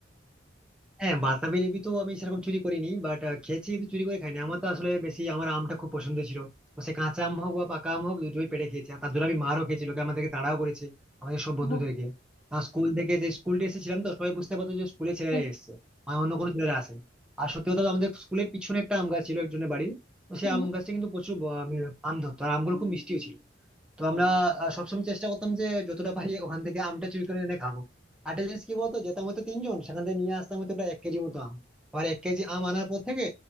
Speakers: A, in the centre; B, on the left.
A: হ্যাঁ বাতাবি লেবু তো আমি সেরকম চুরি করিনি বাট খেয়েছি কিন্তু চুরি করে খাইনি আমার তো আসলে বেশি আমার আমটা খুব পছন্দ ছিল তো সে কাঁচা আম হোক বা পাকা আম হোক দুটোই পেড়ে খেয়েছি আর তার জন্য আমি মারও খেয়েছি লোকে আমাদেরকে তাড়াও করেছে আমাদের সব বন্ধুদেরকে
B: হুম,
A: আর স্কুল থেকে যে স্কুল ডে এসেছিলাম তো সবাই বুঝতে পারতো যে স্কুলে ছেলেরা
B: হুম,
A: এসেছে মানে অন্য কোনো ছেলেরা আসে আর সত্যি কথা বলতে আমাদের স্কুলের পিছনে একটা আম গাছ ছিল একজনের বাড়ির তো সেই
B: হুম,
A: আম গাছটা কিন্তু প্রচুর ব- আম ধরতো আর আমগুলো খুব মিষ্টিও ছিল তো আমরা আহ, সবসময় চেষ্টা করতাম যে যতটা পারি ওখান থেকে আমটা চুরি করে এনে খাবো আরেকটা জিনিস কি বলতো যেতাম হয়তো তিনজন সেখান থেকে নিয়ে আসতাম হয়তো প্রায় এক কেজি মতো আম আবার এক কেজি আম আনার পর থেকে